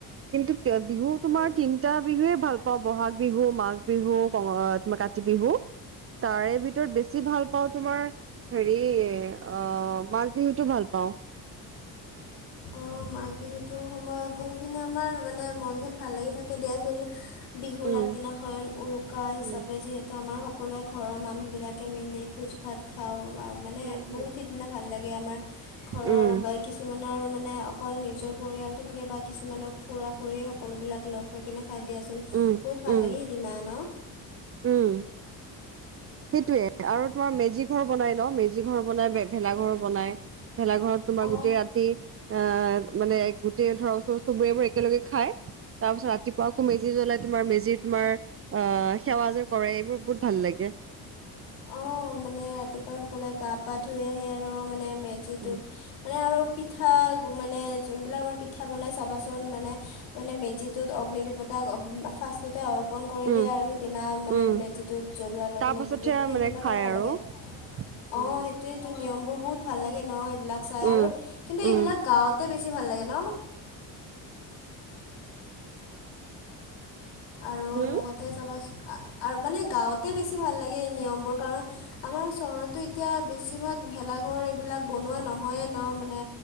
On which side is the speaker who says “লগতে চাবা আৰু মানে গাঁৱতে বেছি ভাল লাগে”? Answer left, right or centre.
Left